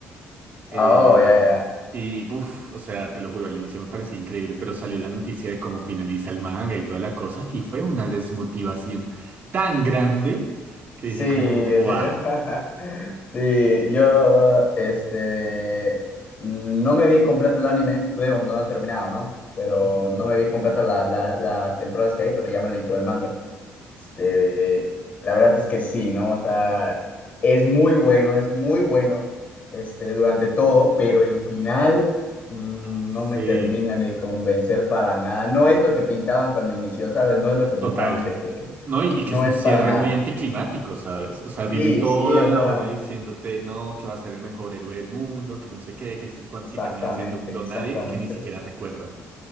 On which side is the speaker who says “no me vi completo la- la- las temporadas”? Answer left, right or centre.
Left